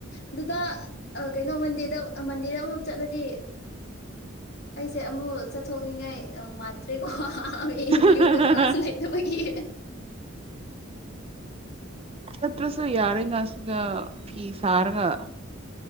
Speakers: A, on the left; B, on the right.
A: ꯑꯗꯨꯗ ꯀꯩꯅꯣ ꯃꯟꯗꯦꯗ ꯃꯟꯗꯦꯗ ꯑꯃꯨꯛ ꯆꯠꯂꯗꯤ ꯑꯩꯁꯦ ꯑꯃꯃꯨ ꯆꯠ ꯊꯣꯛꯅꯤꯡꯉꯥꯏ ꯃꯥꯟꯗ꯭ꯔꯦꯀꯣ ꯌ
B: ꯑꯥ
A: ꯌꯨꯝꯗ ꯀꯅꯥꯁꯤꯅ ꯆꯃꯒꯤꯦ
B: ꯆꯠꯇ꯭ꯔꯁꯨ ꯌꯥꯔꯦꯅ ꯁꯤꯗ ꯐꯤ ꯁꯥꯔꯒ